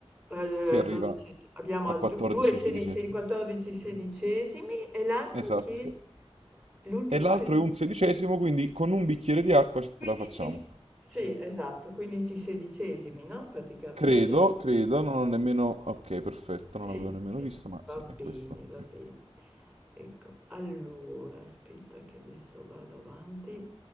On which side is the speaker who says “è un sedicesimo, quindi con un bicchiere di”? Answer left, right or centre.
Right